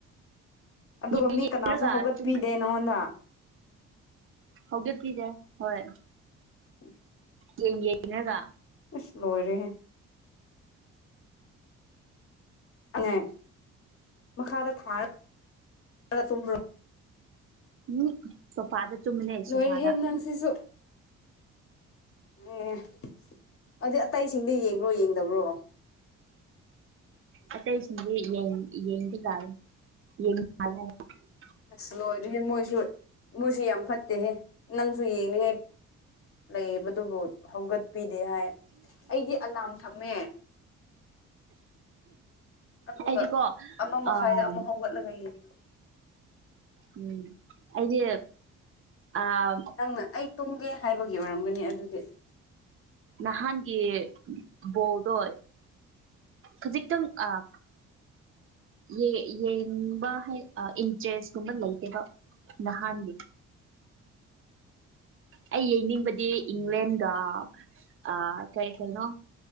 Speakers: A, on the left; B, on the right.
A: ꯑꯗꯨꯒ
B: ꯌꯦꯡ
A: ꯃꯤ
B: ꯌꯦꯡꯔꯒ
A: ꯀꯅꯥꯁꯨ ꯍꯧꯒꯠꯄꯤꯗꯦ
B: ꯇꯨꯝꯈ꯭ꯔꯦ
A: ꯅꯪꯉꯣꯟꯗ
B: ꯍꯧꯗꯣꯛꯄꯤꯗꯦ ꯍꯣꯏ
A: <inaudible>
B: ꯌꯦꯡ ꯌꯦꯡꯑꯒ
A: ꯏꯁ ꯂꯣꯏꯔꯦꯍꯦ <unintelligible> ꯃꯈꯥꯗ ꯊꯥꯔ ꯇꯨꯝꯕꯔꯣ
B: ꯎꯝ ꯁꯣꯐꯥꯗ ꯇꯨꯝꯕꯅꯦ
A: ꯂꯣꯏꯔꯦꯍꯦ
B: ꯁꯣꯐꯥꯗ
A: ꯅꯪꯁꯤꯁꯨ ꯑꯦ ꯑꯗꯨ ꯑꯇꯩꯁꯤꯡꯗꯤ ꯌꯦꯡꯕ꯭ꯔꯣ ꯌꯦꯡꯗꯕ꯭ꯔꯣ
B: ꯑꯇꯩꯁꯤꯡꯗꯤ ꯌꯦꯡ ꯌꯦꯡꯗꯤ ꯖꯥꯠꯂꯦ <unintelligible> <unintelligible>
A: ꯑꯁ ꯂꯣꯏꯔꯣꯏꯍꯦ ꯃꯣꯏꯁꯨ ꯃꯣꯏꯁꯨ ꯌꯥꯝ ꯐꯠꯇꯦꯍꯦ ꯅꯪꯁꯨ ꯌꯦꯡꯅꯤꯡꯉꯥꯏ ꯂꯩꯕꯗꯨꯕꯨ ꯍꯧꯒꯠꯄꯤꯗꯦ ꯍꯥꯏ ꯑꯩꯗꯤ ꯑꯂꯥꯝ ꯊꯝꯃꯦ ꯑꯗꯨꯒ
B: ꯑꯩꯗꯤꯀꯣ
A: ꯑꯃ ꯃꯈꯥꯏꯗ
B: ꯑꯥ
A: ꯑꯃꯨꯛ ꯍꯧꯒꯠꯂꯒ ꯌꯦꯡ
B: ꯎꯝ ꯑꯩꯗꯤ ꯑꯥ
A: ꯅꯪꯅ ꯑꯩ ꯇꯨꯝꯒꯦ ꯍꯥꯏꯕꯒꯤ ꯑꯣꯏꯔꯝꯒꯅꯤ ꯑꯗꯨꯗꯤ
B: ꯅꯍꯥꯟꯒꯤ ꯕꯣꯜꯗꯣ ꯈꯖꯤꯛꯇꯪ ꯑꯥ ꯌꯦ ꯌꯦꯡꯕ ꯍꯥꯏ ꯑꯥ ꯏꯟꯇ꯭ꯔꯦꯁ ꯀꯨꯝꯕ ꯂꯩꯇꯦꯕ ꯅꯍꯥꯟꯒꯤ ꯑꯩ ꯌꯦꯡꯅꯤꯡꯕꯗꯤ ꯏꯪꯂꯦꯟꯒ ꯑꯥ ꯀꯩ ꯀꯩꯅꯣ